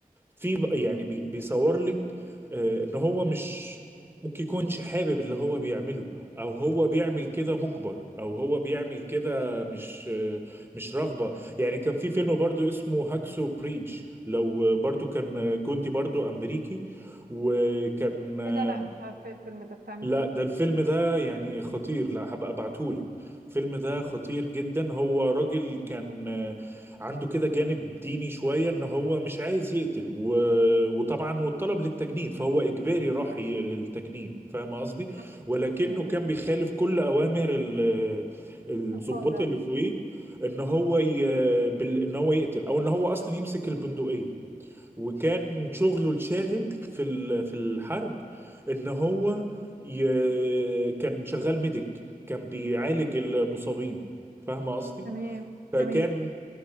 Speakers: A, on the right (about 15°); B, on the right (about 80°).
A: في بقى- يعني بي- بيصور لك آه، ان هو مش ممكن يكونش حابب اللي هو بيعمله او هو بيعمل كده مجبر او هو بيعمل كده مش آه، مش رغبة يعني كان في فيلم برضو اسمه هاكسو بريدج لو برضو كان جندي برضو امريكي وكان آه،
B: ايه ده لا مش عارفه الفيلم ده بتاع مين
A: لا ده الفيلم ده يعني خطير لا هبقى ابعتهولك الفيلم ده خطير جدا هو راجل كان آه، عنده كده جانب ديني شوية ان هو مش عايز يقتل و... وطبعا والطلب للتجنيد فهو اجباري راح ي- للتجنيد فاهم قصدي
B: مم.
A: ولكنه
B: تمام
A: كان بيخالف كل اوامر ال- الضباط
B: القاعده
A: اللي فوقيه ان هو ي... بال... ان هو يقتل او ان هو اصلا يمسك البندقية وكان شغله الشاغل في ال- في الحرب ان هو ي... كان شغال ميديك كان بيعالج المصابين فاهم قصدي
B: تمام
A: فكان
B: تمام